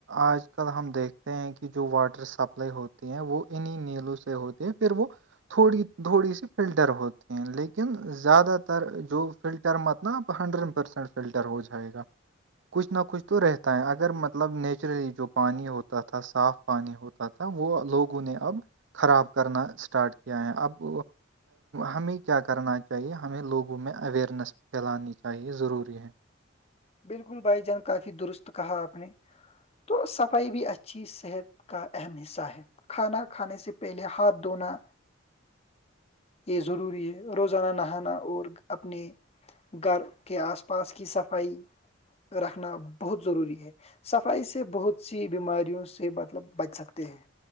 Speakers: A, on the right (about 65°); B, on the left (about 30°).
A: آج کل ہم دیکھ ہیں کہ جو واٹر سپلائی ہوتی ہیں وہ انیں نیلوں سے ہوتے ہیں پھر وہ تھوڑی تھوڑی سی فلٹر ہوتی ہیں لیکن زیادہ تر جو فلٹر مت ن آپ ہنڈریڈ پرسینٹ فلٹر ہو جائے گا کچھ نہ کچھ تو رہتا ہے اگر م مطلب نیچرلی جو پانی ہوتا تھا صاف پانی ہوتا تھا وہ لوگوں نے اب خراب کرنا اسٹارٹ کیا ہے اب ہمیں کیا کرنا چاہیے ہمیں لوگوں میں اوئرنیس پھیلانی چاہیے ضروری ہے
B: بالکل بھائی جان کافی درست کہا آپ نے تو صفائی بھی اچھی صحت کا اہم حصہ ہے کھانا کھانے سے پہلے ہاتھ دھونا یہ ضروری ہے روزانہ نہانا اور اپنے گھر کے آس پاس کی صفائی رکھنا بہت ضروری ہے صفائی سے بہت سی بیماریوں سے مطلب بچ سکتے ہیں